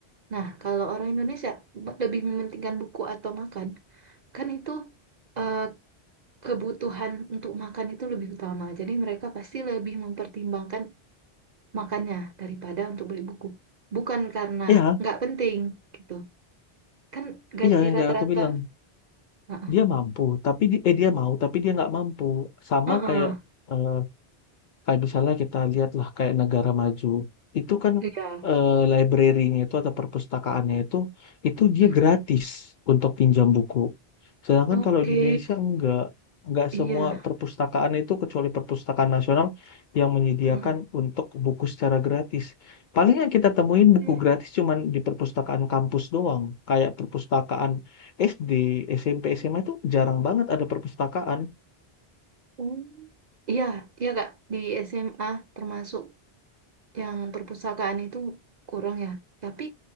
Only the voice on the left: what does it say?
Iya
iya yang
kayak aku bilang
dia mampu tapi di- eh dia mau tapi dia nggak mampu sama
kayak eh, kayak misalnya kita lihatlah kayak negara maju itu kan
eh, library-nya itu atau perpustakaannya itu itu dia
gratis untuk pinjam buku. Sedangkan
kalau di Indonesia enggak enggak
semua perpustakaan itu kecuali perpustakaan nasional yang menyediakan
untuk buku secara gratis. Paling yang kita temuin buku
gratis cuman di perpustakaan kampus doang. Kayak perpustakaan SD, SMP, SMA itu jarang banget ada perpustakaan.